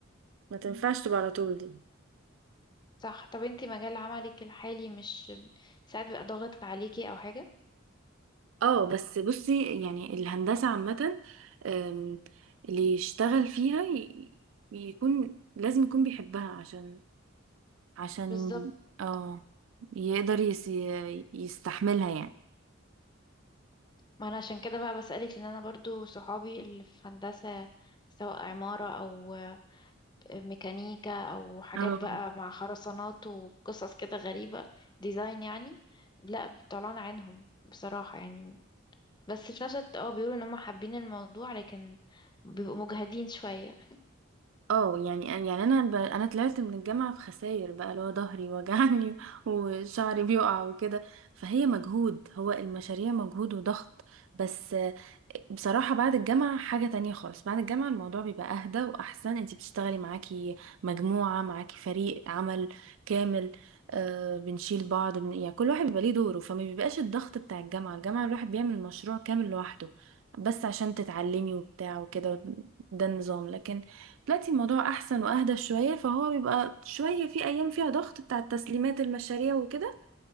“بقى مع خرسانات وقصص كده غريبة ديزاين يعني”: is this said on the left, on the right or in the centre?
Left